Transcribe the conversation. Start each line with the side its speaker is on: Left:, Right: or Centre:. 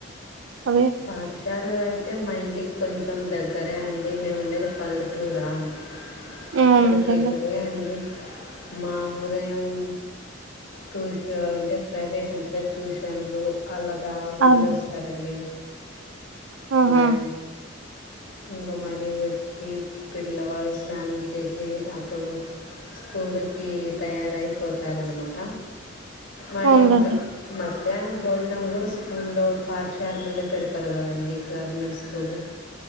Right: అవి
Left: పాఠశాలలయితే మా ఇంటికి కొంచెం దగ్గరే అండి మేము ఉండేది పల్లెటూరా అని
Right: అవునండి
Left: ఇక్కడ దగ్గరే అండి మా ఉరే ఏ మ్ ట్యూషన్ అంటే ప్రైవేట్ ఉంటాది ట్యూషన్లు అలాదా వెళ్ళి
Right: అవును
Left: వస్తారు అండి
Right: ఆహా
Left: ఉదయం ఇంకా మరీ వచ్చి పిల్లవాళ్ళు స్నానం చేసి అప్పుడు స్కూలుకి తయారైపోతారు అనమాట మరి
Right: అవునులేండి
Left: ఇంకా మధ్యాహ్నం భోజనం కూడా స్కూల్లో పాఠశాలలోనే పెడతారు కదండి గవర్నమెంట్ స్కూలు